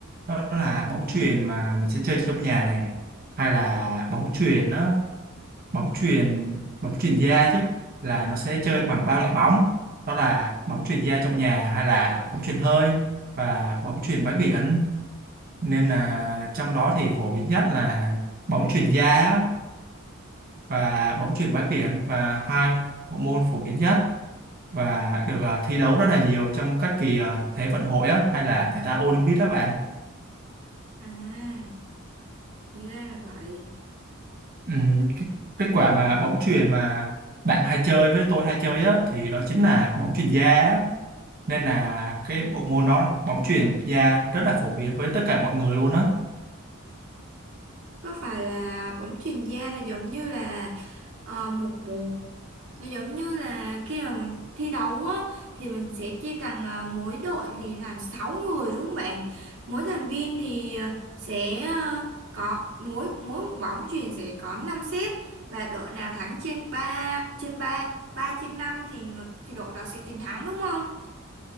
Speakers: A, on the right; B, on the right.
A: đó là bóng chuyền mà mình sẽ chơi trong nhà này hay là bóng chuyền á bóng chuyền bóng chuyền da chứ là nó sẽ chơi bằng ba loại bóng đó là bóng chuyền da trong nhà hay là bóng chuyền hơi và bóng chuyền bãi biển nên là trong đó thì phổ biến nhất là bóng chuyền da á, và bóng chuyền bãi biển và hai bộ môn phổ biến nhất và được à, thi đấu rất là nhiều trong các kỳ à, Thế vận hội á, hay là thể thao Olympic đó bạn.
B: À, thì ra là vậy.
A: Ừm, cái, kết quả mà bóng chuyền mà bạn hay chơi với tôi hay chơi á thì đó chính là bóng chuyền da á. Nên là cái bộ môn đó bóng chuyền da rất là phổ biến với tất cả mọi người luôn á.
B: Có phải là bóng chuyền da là giống như là ờ, một bụng nó giống như là khi mà mình thi đấu á thì mình sẽ chia thành ờ, mỗi đội thì thành 6 người đúng không bạn? Mỗi thành viên thì ờ, sẽ ờ, có mỗi mỗi một bóng chuyền sẽ có 5 set và đội nào thắng trên ba trên 3 3 trên 5 thì người- thì đội đó sẽ chiến thắng đúng không?